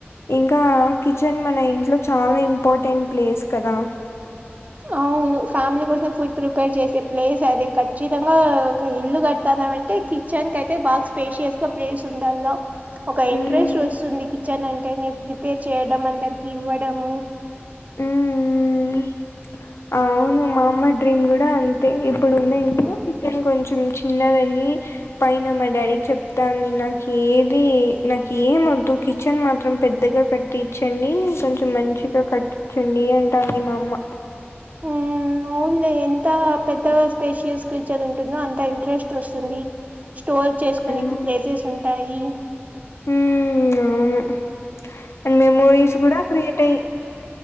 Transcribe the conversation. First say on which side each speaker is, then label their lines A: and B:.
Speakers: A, on the left; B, on the right.
A: ఇంకా కిచెన్ మన ఇంట్లో చాలా ఇంపార్టెంట్ ప్లేస్ కదా
B: అవును ఫ్యామిలీ కోసం ఫుడ్ ప్రిపేర్ చేసే ప్లేస్ అది ఖచ్చితంగా ఒక ఇల్లు కట్ తనం అంటే కిచెన్ కయితే బాగా స్పేషియస్ గా ప్లేస్ ఉండాలా ఒక
A: హ్మ్.
B: ఇంట్రెస్ట్ వస్తుంది కిచెన్ అంటే ప్రిపేర్ చేయడం అందరికి ఇవ్వడము
A: హ్మ్. అవును మా అమ్మ డ్రీమ్ గూడా అంతే ఇప్పుడు ఉన్న ఇంట్లో కిచెన్ కొంచెం చిన్నదని పైన మా డాడీకి చెప్తాంది నాకు ఏది నాకు ఏం వద్దు కిచెన్ మాత్రం పెద్దగా కట్టించండి కొంచెం మంచిగా కట్టించండి అంటుంది మా అమ్మ
B: ఉ అవులే ఎంత పెద్దగా స్పేషయస్ క్రీచ్న్ ఉంటుందో అంత ఇంట్రెస్ట్ ట్రస్ట్ వస్తుంది స్టోర్ చేసుకునే
A: హ్మ్.
B: ప్లేసెస్ ఉంటాయి
A: హ్మ్. అవును. అండ్ మెమోరీస్ గూడా క్రియేట్ అయి